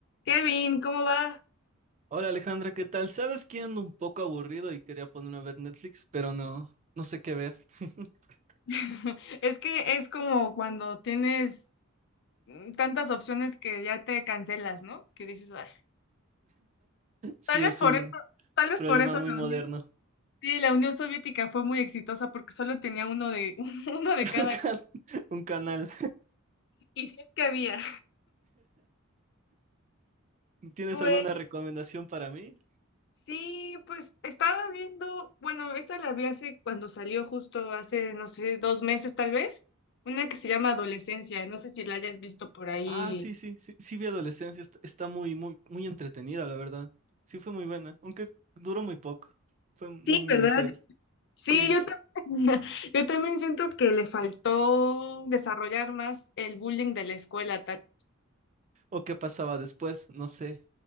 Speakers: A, on the left; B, on the right.
A: Kevin, ¿cómo va?
B: Hola Alejandra, ¿qué tal? Sabes que ando un poco aburrido y quería ponerme a ver Netflix, pero no, no sé qué ver. <laughs>
A: <laughs> Es que es como cuando tienes mm, tantas opciones que ya te cancelas, ¿no? Que dices, "Ay".
B: Sí,
A: Tal vez
B: es
A: por
B: un
A: eso, tal vez
B: problema
A: por eso
B: muy
A: la
B: moderno.
A: Unión, sí, la Unión Soviética fue muy exitosa porque solo tenía uno de, <laughs> uno de
B: <laughs>
A: cada.
B: Un can-
A: <laughs>
B: un canal.
A: Y si es que había.
B: ¿Tienes
A: Pues
B: alguna recomendación para mí?
A: sí, pues estaba viendo, bueno, esa la vi hace cuando salió justo hace, no sé, dos meses tal vez, una que se llama Adolescencia, no sé si la hayas visto por ahí.
B: Ah, sí, sí, sí, sí vi Adolescencia, est- está muy, muy, muy entretenida, la verdad. Sí fue muy buena, aunque duró muy poco. Fue muy
A: Sí,
B: miniserie.
A: ¿verdad? Sí,
B: Sí.
A: yo también, <laughs> yo también siento que le faltó desarrollar más el bullying de la escuela tal,
B: ¿O qué pasaba después? No sé.